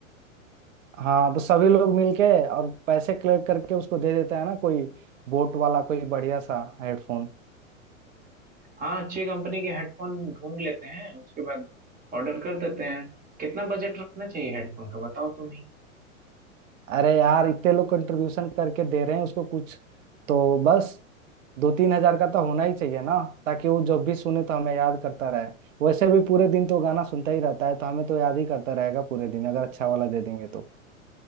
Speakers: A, on the right; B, on the right.
A: हाँ तो सभी लोग मिलके और पैसे कलेक्ट करके उसको दे देता है ना कोई बोट वाला कोई बढ़िया सा हेडफोन
B: हाँ अच्छी कंपनी के हेडफोन ढूंढ लेते हैं उसके बाद ऑर्डर कर देते हैं कितना बजट रखना चाहिए हेडफोन का बताओ तुम ही
A: अरे यार इतने लोग कंट्रीब्यूशन करके दे रहे हैं उसको कुछ तो बस दो तीन हजार का तो होना ही चाहिए ना ताकि वो जब भी सुने तो हमें याद करता रहे वैसे भी पूरे दिन तो गाना सुनता ही रहता है तो हमें तो याद ही करता रहेगा पूरे दिन अगर अच्छा वाला दे देंगे तो